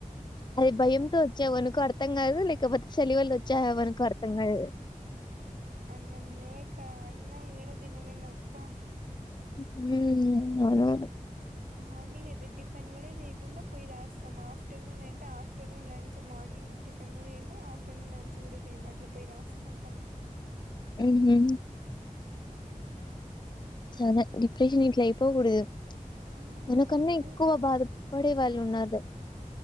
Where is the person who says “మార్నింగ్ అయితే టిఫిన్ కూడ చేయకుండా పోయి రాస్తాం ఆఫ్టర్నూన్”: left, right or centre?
Right